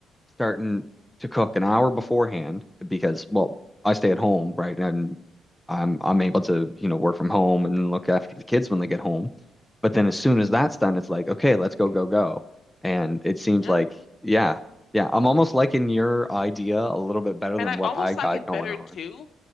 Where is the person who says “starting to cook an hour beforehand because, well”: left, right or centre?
Centre